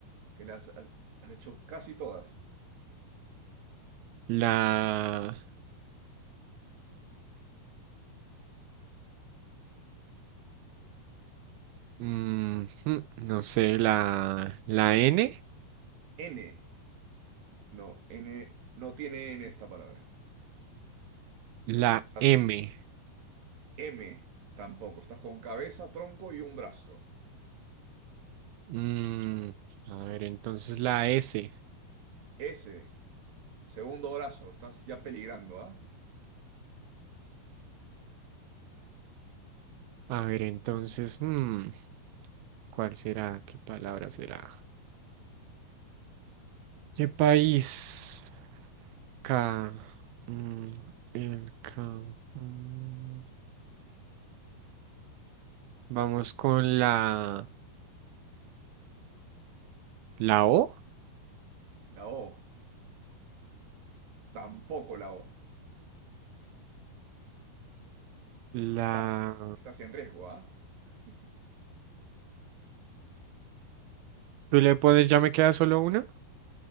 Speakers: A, on the right; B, on the right.
A: que le has, has hecho casi todas.
B: La... mm, mm, no sé, la, la N.
A: N. No, N. No tiene N esta palabra.
B: La
A: Estás
B: M.
A: M. Tampoco. Estás con cabeza, tronco y un brazo.
B: Mm, a ver, entonces la S.
A: <laughs> S. Segundo brazo, estás ya peligrando, ¿ah?
B: A ver, entonces... mm, ¿cuál será? ¿Qué palabra será? ¿Qué país? K. mm, el K. mm. Vamos con la, la O.
A: La O, tampoco la O.
B: La...
A: Estás, estás en riesgo, ¿ah? <laughs>
B: ¿Tú le pones, ya me queda solo una?